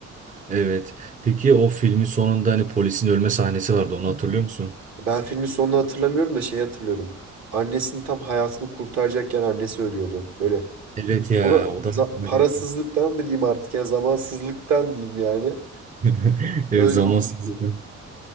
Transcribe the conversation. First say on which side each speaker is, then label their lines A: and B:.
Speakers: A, on the right; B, on the right.
A: evet. Peki o filmin sonunda hani polisin ölme sahnesi vardı. Onu hatırlıyor musun?
B: Ben filmin sonunu hatırlamıyorum da şeyi hatırlıyorum. Annesinin tam hayatını kurtaracakken annesi ölüyordu. Böyle
A: Evet ya.
B: o da
A: O da
B: za-
A: aklıma
B: parasızlıktan
A: geldi.
B: mı diyeyim artık ya zamansızlıktan diyeyim yani.
A: <laughs> Evet
B: Öyle
A: zamansızlıkla.
B: olmuştu.